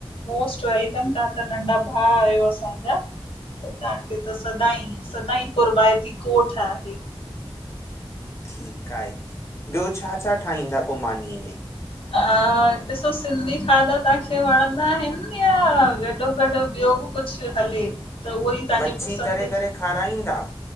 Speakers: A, on the left; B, on the left.
A: मोस्ट वेलकम तव्हां त नंढा भा आहियो असां तव्हां जा त तांखे त सदाईं, सदाईं कुर्बायती कोठ आहे <inaudible>
B: ठीकु आहे, ॿियो छा, छा ठाहींदा पो मानीअ में
A: ॾिसो सिंधी खाधा तव्हांखे वणंदा आहिनि या गॾो-गॾु ॿियो बि कुझु हले त उहो ई तांजी
B: मच्छी
A: पसंदि,
B: तरे करे खाराईंदा